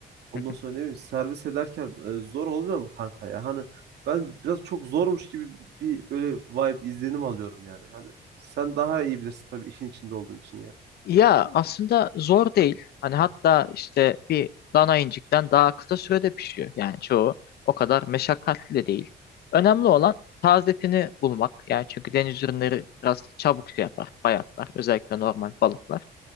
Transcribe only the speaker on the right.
ondan
sonra ne bileyim servis ederken e, zor olmuyor mu kanka ya? Hani ben biraz çok zormuş gibi bir böyle vibe izlenim alıyorum yani. Yani sen daha iyi bilirsin tabii işin içinde olduğun için yani.